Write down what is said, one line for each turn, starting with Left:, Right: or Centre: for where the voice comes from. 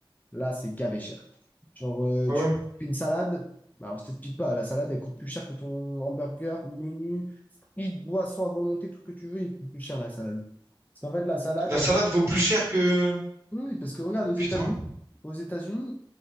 Left: là, c'est gavé cher. Genre, euh,
Right: Ah
Left: tu
Right: ouais.
Left: fais une salade, bah, alors je t'explique pas, la salade, elle coûte plus cher que ton hamburger, menu, frites, boissons à volonté, tout ce que tu veux, il coûte plus cher la salade. Parce qu'en fait, la salade,
Right: La
Left: elle
Right: salade vaut plus cher que...
Left: oui, oui, parce que regarde, aux États-Unis,
Right: Putain,
Left: aux États-Unis,